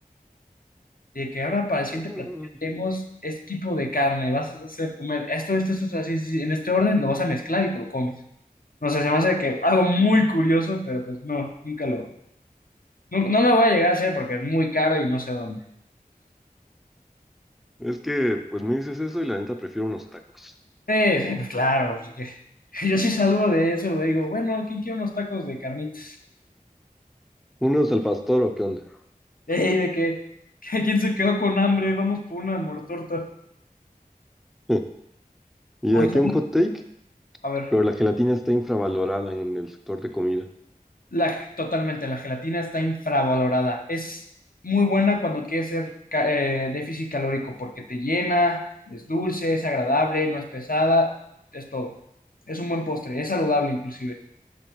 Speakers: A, on the left; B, in the centre.
A: Y de que ahora para el
B: Ah,
A: siguiente platillo tenemos este tipo de carne, vas a hacer comer esto, esto, esto, esto, así, sí, sí, en este orden lo vas a mezclar y te lo comes. No sé, se me hace que algo muy curioso, pero pues no, nunca lo, no, no lo voy a llegar a hacer porque es muy caro y no sé dónde.
B: Es que, pues me dices eso y la neta prefiero unos tacos.
A: Sí, sí, pues claro, así que <laughs> yo sí salgo de eso, le digo, bueno, ¿quién quiere unos tacos de carnitas?
B: ¿Unos al pastor o qué onda?
A: <laughs> Ey, de que, <laughs> ¿quién se quedó con hambre? Vamos por una muertorta.
B: <laughs> ¿Y
A: Oye,
B: aquí un hot take?
A: A ver,
B: pero la gelatina está infravalorada en el sector de comida.
A: la, totalmente, la gelatina está infravalorada. Es muy buena cuando quieres ser ca- eh, déficit calórico porque te llena, es dulce, es agradable, no es pesada, es todo. Es un buen postre, es saludable inclusive.